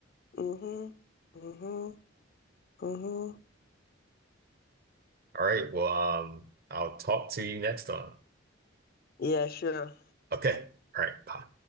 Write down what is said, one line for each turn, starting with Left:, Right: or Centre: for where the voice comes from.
Left: Mm-hmm. Mm-hmm. Mm-hmm.
Right: All right, well, um, I'll talk to you next time.
Left: Yeah, sure.
Right: Okay. All right. Bye.